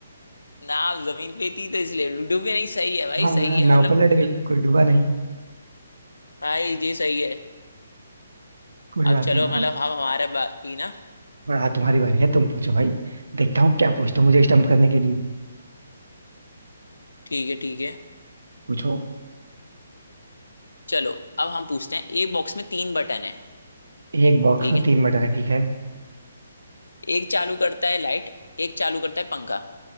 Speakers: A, on the left; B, on the right.
A: नाव जमीन पे थी तो इसलिए डूबे नहीं सही है भाई
B: हाँ
A: सही है
B: नाव
A: मतलब
B: पलट गई कोई डूबा नहीं
A: भाई ये सही है
B: कोई
A: अब
B: बात
A: चलो
B: नहीं
A: मतलब
B: अब
A: अब हमारा बात थी ना
B: हाँ तुम्हारी बारी है तुम पूछो भाई देखता हूँ क्या पूछते हो मुझे स्टम्प करने के लिए
A: ठीक है ठीक है
B: पूछो
A: चलो अब हम पूछते हैं एक बॉक्स में तीन बटन है
B: एक बॉक्स
A: ठीक
B: में
A: है
B: तीन बटन है ठीक है
A: एक चालू करता है लाइट एक चालू करता है पंखा